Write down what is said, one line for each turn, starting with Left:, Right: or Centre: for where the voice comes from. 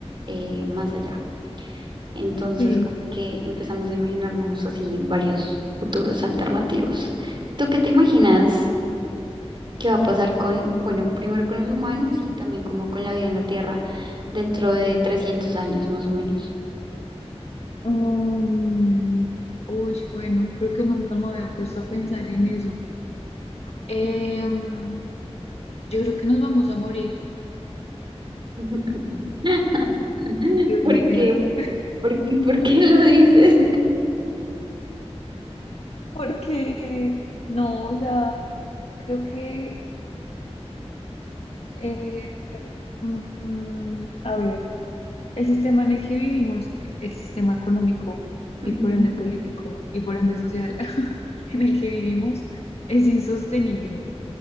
Right: eh, más allá. Entonces,
Left: Sí.
Right: como que empezamos a imaginarnos así varios futuros alternativos. ¿Tú qué te imaginas que va a pasar con, bueno, primero con los humanos y también como con la vida en la Tierra dentro de trescientos años más o menos?
Left: Um, uy, bueno, creo que nunca me había puesto a pensar en eso. Em, yo creo que nos vamos a morir,
Right: <laughs>
Left: Dios
Right: ¿Por
Left: mediante.
Right: qué? ¿Por qué, por qué lo dices?
Left: Porque, no, o sea, creo que, eh, mm, mm, a ver, el sistema en el que vivimos, el sistema económico
Right: Ujú,
Left: y por ende político y por ende social <laughs> en el que vivimos, es insostenible